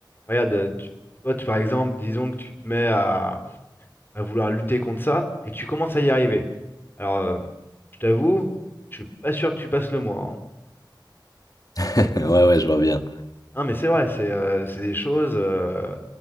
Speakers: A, on the left; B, on the left.
A: Regarde, euh, tu- toi, tu, par exemple, disons que tu te mets à à vouloir lutter contre ça, et tu commences à y arriver. Alors, euh, je t'avoue, je suis pas sûr que tu passes le mois. hein.
B: <laughs> Ouais, ouais, je vois bien.
A: Non, mais c'est vrai, c'est euh, c'est des choses. euh,